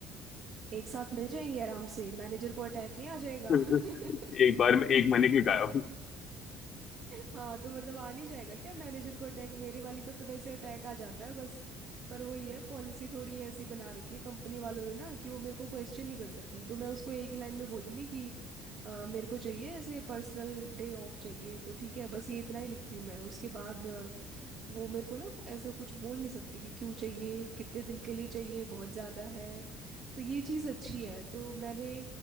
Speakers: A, on the right; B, on the left.
A: एक साथ मिल जाएंगे आराम से मैनेजर को अटैक नहीं आ जाएगा <laughs>
B: <laughs> एक बार में एक महीने के लिए गायब
A: हाँ तो मतलब आ नहीं जाएगा क्या मैनेजर को अटैक मेरे वाली को तो वैसे अटैक आ जाता है बस पर वो ये है पॉलिसी थोड़ी ऐसी बना रखी है कंपनी वालों ने ना कि वो मेरे को क्वेश्चन नहीं कर सकती तो मैं उसको एक ही लाइन में बोलूँगी कि अ, मेरे को चाहिए ऐसे पर्सनल डे ऑफ चाहिए तो ठीक है बस ये इतना ही लिखती हूँ मैं उसके बाद वो मेरे को ना ऐसे कुछ बोल नहीं सकती कि क्यों चाहिए कितने दिन के लिए चाहिए बहुत ज़्यादा है तो ये चीज़ अच्छी है तो मैंने